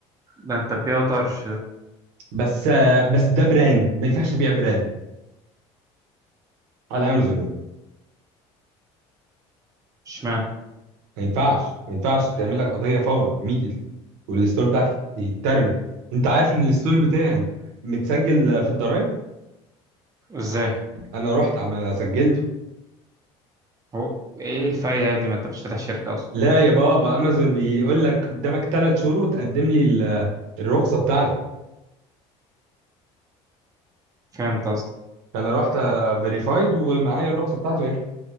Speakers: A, on the right; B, on the right.
A: ده انت تبيعه طرش
B: بس آه، بس ده براند ما ينفعش ابيع براند على امازون يعني
A: اشمعنى
B: ما ينفعش ما ينفعش تعمل لك قضيه فورا immediately والستور بتاعك يترمي انت عارف ان الستور بتاعي متسجل في الضرايب
A: ازاي
B: انا رحت عم سجلته
A: هو ايه الفايده يا ابني ما انت مش فاتح شركه اصلا
B: لا يا بابا امازون بيقول لك قدامك ثلاث شهور وتقدم لي ال- الرخصه بتاعتك
A: فهمت قصدي
B: فانا رحت فيريفايد ومعايا الرخصه بتاعته ايه